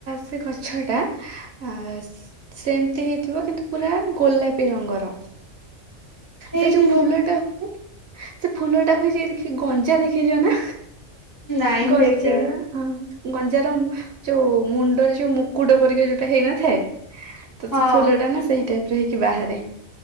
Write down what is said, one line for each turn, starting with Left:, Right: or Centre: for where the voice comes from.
Right: ସେ ଗଛଟା ଆ ସେମତି ହେଇଥିବ ଇନ୍ତୁ ପୁରା ଗୋଲାପୀ ରଙ୍ଗର।
Left: ହେଇଥିବ
Right: ସେ ଯୋଉ ଫୁଲଟା ହୁଏ ସେ ଫୁଲଟା ହୁଏ ଯେ ଦେଖି ଗଞ୍ଜା ଦେଖିଚ ନାଁ?
Left: ନାଇଁ
Right: ଗଞ୍ଜା
Left: ଦେଖିନି।
Right: ଯା ହଁ। ଗଞ୍ଜାର ଉଁ ଯୋଉ ମୁଣ୍ଡରେ ଯୋଉ ମୁକୁଟ ପରିକା ଯୋଉଟା ହେଇନଥାଏ? ତ
Left: ହଁ
Right: ସେ ଫୁଲଟା ନାଁ ସେଇ ଟାଇପ୍ ର ହେଇକି ବାହାରେ।